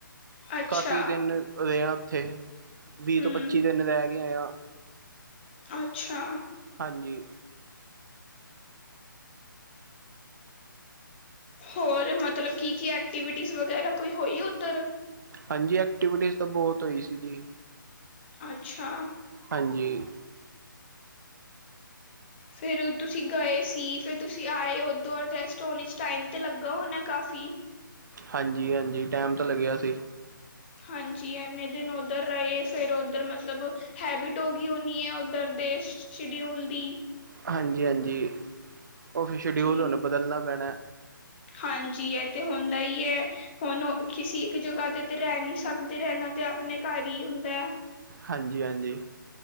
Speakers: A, on the left (about 30°); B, on the right (about 60°).
A: ਅੱਛਾ
B: ਕਾਫੀ ਦਿਨ ਰਹਾ ਉੱਥੇ ਵੀਹ
A: ਹਮ
B: ਤੋਂ ਪੱਚੀ ਦਿਨ ਰਹਿ ਕੇ ਆਏ ਆ,
A: ਅੱਛਾ,
B: ਹਾਂਜੀ,
A: ਹੋਰ ਮਤਲਬ ਕੀ-ਕੀ ਐਕਟੀਵਿਟੀ ਵਗੈਰਾ ਕੋਈ ਹੋਈ ਉੱਧਰ?
B: ਹਾਂਜੀ ਐਕਟੀਵਿਟੀਜ਼ ਤਾਂ ਬਹੁਤ ਹੋਈ ਸੀ ਜੀ।
A: ਅੱਛਾ,
B: ਹਾਂਜੀ।
A: ਫਿਰ ਤੁਸੀਂ ਗਏ ਸੀ, ਫਿਰ ਤੁਸੀਂ ਆਏ ਓਦੋਂ ਔਰ ਰੈਸਟ ਹੋਨੀ ਇਸ ਟਾਈਮ ਤੇ ਲੱਗਾ ਹੁਨਾ ਕਾਫੀ?
B: ਹਾਂਜੀ-ਹਾਂਜੀ, ਟੈਮ ਤਾਂ ਲੱਗਿਆ ਸੀ।
A: ਹਾਂਜੀ, ਐੱਨੇ ਦਿਨ ਓੱਧਰ ਰਏ, ਫੇਰ ਓੱਧਰ ਮਤਲਬ ਹੈਬਿਟ ਔ ਗਈ ਹੁਣੀ ਐ ਓੱਧਰ ਦੇ, ਸ਼ ਸ਼ਡਿਊਲ ਦੀ?
B: ਹਾਂਜੀ-ਹਾਂਜੀ, ਓ ਫਿਰ ਸ਼ਡਿਊਲ
A: ਜੀ
B: ਹੁਣ ਬਦਲਣਾ ਪੈਣਾ।
A: ਹਾਂਜੀ, ਏ ਤੇ ਹੁੰਦੈ ਈ ਐ। ਹੁਣ ਉ, ਕਿਸੀ ਇੱਕ ਜਗ੍ਹਾ ਤੇ ਤੇ ਰੈ ਨੀਂ ਸਕਦੇ ਰੈਣਾ ਤੇ ਆਪਣੇ ਘਰ ਈ ਹੁੰਦੈ।
B: ਹਾਂਜੀ-ਹਾਂਜੀ।